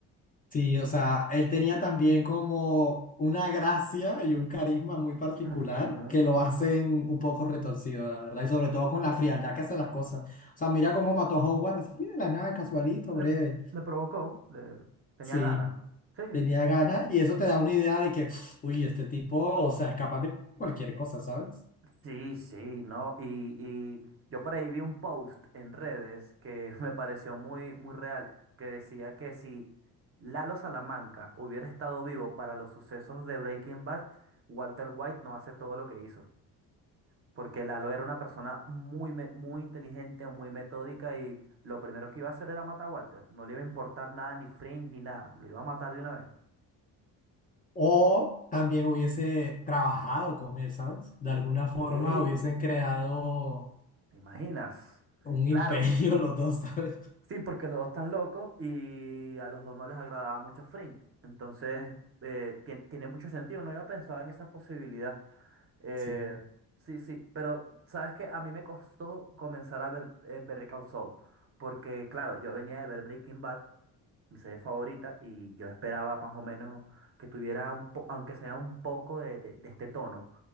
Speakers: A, on the left; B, on the right.
A: Sí, o sea, él tenía también como una gracia y un carisma muy particular
B: Ujú.
A: que lo hacen un poco retorcido, la verdad, y sobre todo con la frialdad que hace las cosas. O sea, mira cómo mató a Howard así de la nada, casualito,
B: Le,
A: breve.
B: le provocó, le tenía
A: Sí,
B: ganas. Sí,
A: tenía ganas y eso te da una idea de que, <sniffs> uy, este tipo, o sea, es capaz de cualquier cosa, ¿sabes?
B: Sí, sí, no, y, y yo por ahí vi un post en redes que <laughs> me pareció muy, muy real, que decía que si Lalo Salamanca hubiera estado vivo para los sucesos de Breaking Bad, Walter White no hace todo lo que hizo, porque Lalo era una persona muy, me- muy inteligente, muy metódica y lo primero que iba a hacer era matar a Walter, no le iba a importar nada, ni Frank, ni nada, lo iba a matar de una vez.
A: O también hubiese trabajado con él, ¿sabes? De alguna forma
B: ¡Ey!
A: hubiesen creado
B: ¿Te imaginas?
A: un
B: Claro,
A: imperio <laughs> los dos, ¿sabes?
B: Sí, porque los dos están locos y a los dos no les agradaba mucho Frink. Entonces, eh, tien- tiene mucho sentido, no había pensado en esa posibilidad. Eh,
A: Sí.
B: sí, sí, pero sabes que a mí me costó comenzar a ver eh, Better Call Saul, porque claro, yo venía de ver Breaking Bad, mi serie favorita, y yo esperaba más o menos que tuviera un po- aunque sea un poco de, de de este tono,